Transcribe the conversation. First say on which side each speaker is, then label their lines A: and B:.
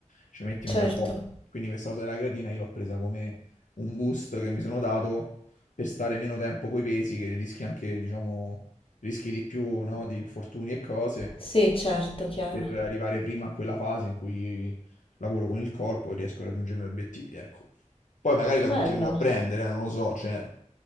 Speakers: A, on the left; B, on the left.
A: ci metti
B: certo.
A: un bel po'. Quindi questa cosa della creatina io l'ho presa come un boost che mi sono dato per stare meno tempo coi pesi, che rischi anche, diciamo, rischi di più, no, di infortuni e cose,
B: Sì, certo, chiaro.
A: per arrivare prima a quella fase in cui lavoro con il corpo e riesco a raggiungere i miei obiettivi, ecco. Poi magari
B: Bello.
A: la continuerò a prendere, eh, non lo so, cioè...